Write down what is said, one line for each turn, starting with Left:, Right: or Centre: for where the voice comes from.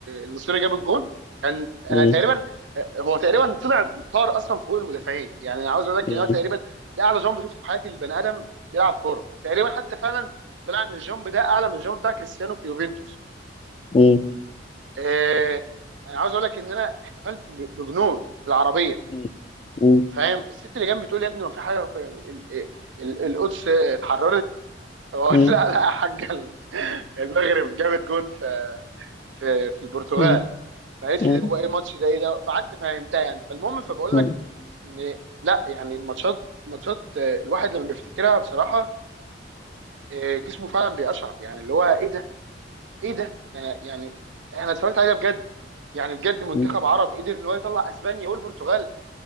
Right: النصيري جاب الجون كان
Left: مم.
Right: انا تقريبا آه، هو تقريبا طلع طار اصلا فوق المدافعين يعني انا عاوز اقول لك
Left: مم.
Right: ان هو تقريبا ده اعلى جامب شفته في حياتي البني ادم بيلعب كوره تقريبا حتى فعلا طلع ان الجامب ده اعلى من الجامب بتاع كريستيانو في يوفنتوس
Left: مم.
Right: آه، انا عاوز اقول لك ان انا احتفلت ب- بجنون في العربيه
Left: مم. مم.
Right: فاهم الست اللي جنبي بتقول يا ابني ما في حاجه في ال- ال- ال- القدس اتحررت فبقول
Left: مم.
Right: <laughs> لا لا يا حاجه ال- المغرب جابت جون في في في البرتغال
Left: مم.
Right: فقالت
Left: مم.
Right: لي هو ايه الماتش ده ايه ده فقعدت فهمتها يعني فالمهم فبقول
Left: مم.
Right: لك ان لا يعني الماتشات ماتشات آه، الواحد لما بيفتكرها بصراحه آه، جسمه فعلا بيقشعر يعني اللي هو ايه ده ايه ده يعني يعني انا اتفرجت عليها بجد يعني بجد منتخب
Left: مم.
Right: عربي قدر ان هو يطلع اسبانيا والبرتغال